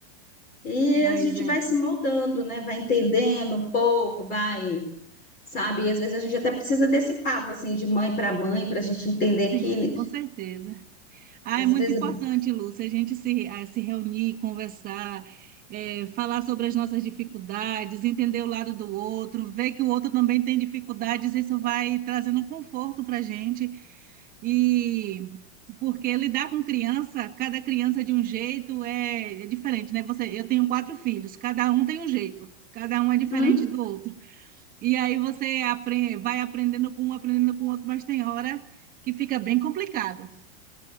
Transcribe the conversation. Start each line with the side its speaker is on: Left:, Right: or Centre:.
Left: E
Right: Mas,
Left: a gente
Right: é,
Left: vai se moldando, né? Vai entendendo um pouco, vai, sabe? E às vezes a gente até precisa desse papo, assim, de mãe para mãe, para a gente entender
Right: sim,
Left: que, né,
Right: com certeza. Ah,
Left: às
Right: é muito
Left: vezes,
Right: importante, Lúcia, a gente se, a se reunir, conversar, eh, falar sobre as nossas dificuldades, entender o lado do outro, ver que o outro também tem dificuldades, isso vai trazendo um conforto para a gente. E porque lidar com criança, cada criança de um jeito é, é diferente, né? Você, eu tenho quatro filhos, cada um tem um jeito, cada um é diferente
Left: é
Right: do outro. E aí você apre- vai aprendendo com um, aprendendo com o outro, mas tem hora que fica bem complicado.